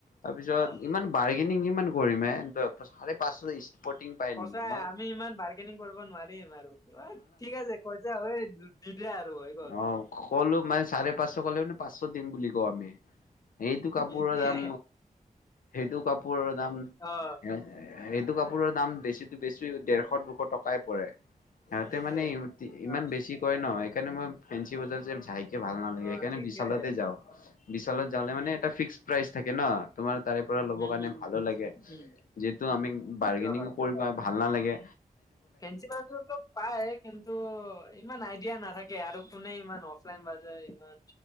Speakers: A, on the left (about 70°); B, on the left (about 25°).
A: তাৰপিছত
B: অ',
A: ইমান বাৰ্গেনিং <unintelligible> মান কৰিম এ <unintelligible> চাৰে পাঁচছ ইছ স্পৰ্টিং পাই
B: সঁচাই
A: নেকি, মই
B: আমি ইমান বাৰ্গেনিং কৰিব নোৱাৰিম আৰু কিবা ঠিক আছে কৈছা হয় দি দিয়া আৰু হৈ গ'ল।
A: অঁ কলো মানে চাৰে পাঁচছ ক'লে মানে পাঁচছ দিম বুলি কওঁ আমি। এইটো কাপোৰৰ
B: এইটোৱে।
A: দাম, সেইটো কাপোৰৰ দাম
B: অ',
A: এ - এইটো কাপোৰৰ দাম বেছিতো বেছি ডেৰশ দুশত টকাই পৰে। সিহঁতে
B: সেইটোৱে
A: মানে ইহঁতি ইমান
B: অ',
A: বেছি কয় ন' <unintelligible> সেইকাৰণে মই ফেঞ্চি বজাৰ যে যায়কে ভাল নালাগে
B: অ',
A: সেইকাৰণে
B: ঠিকে
A: বিচালতে যাওঁ, বিচালত যালে মানে
B: উম,
A: এটা ফিক্স প্ৰাইচ থাকে ন। তোমাৰ তাৰে পৰা ল'ব
B: উম,
A: কাৰণে
B: উম,
A: ভালো লাগে
B: উম,
A: যিহেতু আমিং
B: সেইটো
A: বাৰ্গেনিংও
B: হয়।
A: কৰিব ভাল নাল লাগে।
B: ফেঞ্চি বাজাৰতো পায় কিন্তু ইমান আইডিয়া নাথা কে আৰু কোনে ইমান অফলাইন বাজাৰ ইমান